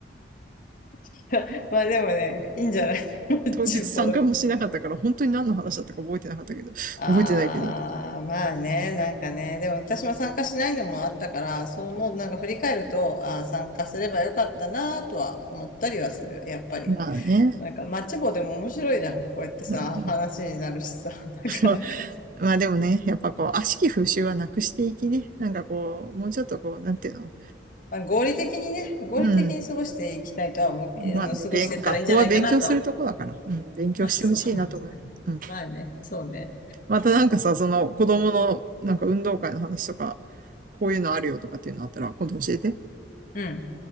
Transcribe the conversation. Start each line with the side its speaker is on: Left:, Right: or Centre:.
Left: <laughs> まあでもね、いいんじゃない <laughs>
Right: 当日参加もしなかったから、
Left: 厨房で。
Right: 本当に何の話だったか覚えてなかったけど、
Left: ああ、
Right: 覚えてないけど。
Left: まあね、なんかね、でも私も参加しないのもあったから、そう思う、なんか振り返ると、ああ、参加すればよかったなとは思ったりはする、やっぱり。
Right: まあね。
Left: なんかマッチ棒でも面白いじゃん。こうやってさ、
Right: うん、
Left: 話になるしさ、<laughs> なかなか。
Right: ままあでもね、やっぱこう、悪しき風習はなくしていきね。なんかこう、もうちょっとこう、なんていうの。
Left: まあ、合理的にね、合理的に過ごしていきたいとは思う、
Right: うん。まあね、
Left: あの、過ごしていったらいいんじゃないかなと。
Right: べん学校は勉強するとこだから、うん、勉強してほしいなと思うよ。
Left: あ、そう。<laughs>
Right: うん。
Left: まあね、そうね。
Right: またなんかさ、その子供のなんか運動会の話とか、こういうのあるよとかっていうのあったら、今度教えて。
Left: うん。